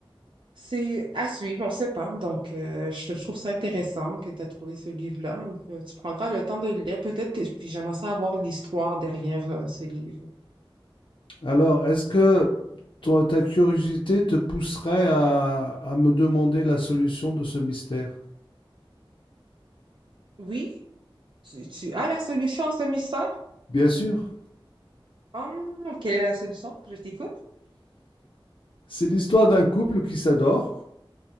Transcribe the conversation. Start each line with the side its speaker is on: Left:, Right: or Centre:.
Right: C'est à suivre, on ne sait pas. Donc, euh, je, je trouve ça intéressant que tu as trouvé ce livre-là. Euh, Tu prendras le temps de le lire. Peut-être que puis j'aimerais savoir l'histoire derrière euh, ce livre.
Left: Alors, est-ce que ton- ta curiosité te pousserait à, à me demander la solution de ce mystère?
Right: Oui, tu, tu as la solution à ce mystère?
Left: Bien sûr.
Right: Ah, quelle est la solution? Je t'écoute.
Left: C'est l'histoire d'un couple qui s'adore.